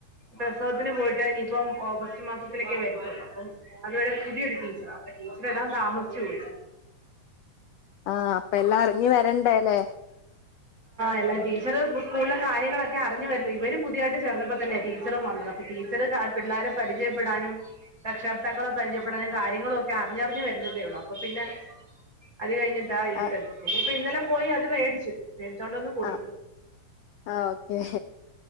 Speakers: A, on the right (about 25°); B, on the left (about 75°).
A: പ്രസവത്തിന് പോയിട്ട് ഇനിയിപ്പം ഓഗസ്റ്റ് മാസത്തിലൊക്കെ വരുത്തുള്ളൂ. അപ്പം അതുവരെ പുതിയൊരു ടീച്ചറാണ്. അപ്പ ടീച്ചർ ഇടാൻ താമസിച്ചു പോയി.
B: ആഹ അപ്പ എല്ലാം അറിഞ്ഞു വരണ്ടേ അല്ലേ?
A: എല്ലാം ടീച്ചർ സ്കൂളിലെ കാര്യങ്ങളൊക്കെ അറിഞ്ഞു വരുന്നു ഇവര് പുതിയായിട്ട് ചേർന്നപ്പോ തന്നെ ടീച്ചറും വന്നത് അപ്പൊ ടീച്ചർ പിള്ളേരെ പരിചയപ്പെടാനും രക്ഷകർത്താക്കളെ പരിചയപ്പെടാനും കാര്യങ്ങളൊക്കെ അറിഞ്ഞഞ് വരുന്നതേ ഉള്ളൂ. അപ്പൊ പിന്നെ അത് കഴിഞ്ഞി <unintelligible>
B: ആഹ്
A: ഇനിയിപ്പോ ഇന്നലെ പോയി അത് മേടിച്ചു. മേടിച്ചോണ്ട് വന്ന് കൊടുത്ത്
B: ആ ആ ഓക്കേ